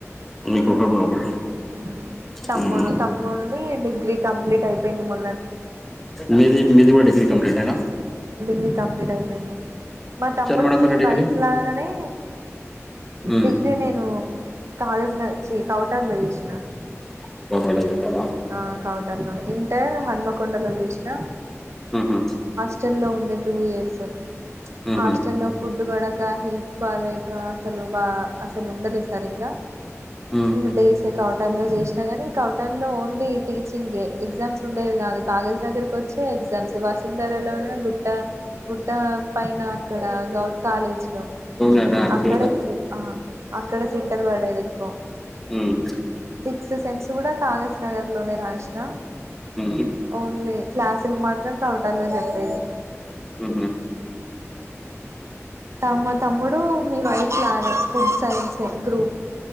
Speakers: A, in the centre; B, on the right.
A: మీకొక బాబు.
B: ఉమ్ తమ్ముడు
A: హ్మ్.
B: తమ్ముంది డిగ్రీ కంప్లీట్ అయిపోయింది మ
A: మిది మీది డిగ్రీ కంపలీటెన
B: మీ కంప్లీట్ అయిపోయింది మా తమ్ముడు
A: మేడం
B: మీ
A: మీరు డిగ్రీ?
B: వైఫ్ లాగానే
A: హ్మ్.
B: డిగ్రీ నేను కాలేజిన చి కోటలో చేసిన
A: <inaudible>
B: ఆ ఇంటర్ హన్మకొండలో చేసిన
A: ఉహు
B: హాస్ట లో ఉండే టూ ఇయర్స్
A: మ్మ్హ్
B: హాస్ట లో ఫుడ్ ఫుడ్ పడక హెల్త్ బాలేక అసలు బా అసలు ఉండలే సరిగా
A: మ్మ్
B: ఇంగ డేస్ ఏ కావో టలో చేసినా గని కౌటల్లో ఓన్లీ టీచింగ్ ఎగ్జామ్స్ ఉండేవి కాదు కాగజ్ నగర్ కు వచ్చే ఎగ్జాంస్ వాసుంధరలోనే గుట్ట గుట్ట పైన అక్కడ గౌట్ కాలేజ్ లో
A: జూనియర్ ఆ డిగ్రీ
B: అక్కడే
A: కాలేజ్
B: ఎక్కువ ఆ అక్కడ సెంటర్ పడేది ఎక్కువ
A: ఉమ్
B: క్స్ సెమ్స్ కూడా కాగజ్ నగర్ లోనే రాసిన
A: మ్మ్
B: ఓన్లీ క్లాసులు మాత్రం కౌటాల్లో చెప్పేది
A: మ్మ్హ్
B: తమ తమ్ముడు మీ వయసులో అనే ఫుడ్ సైన్స్ గ్రూప్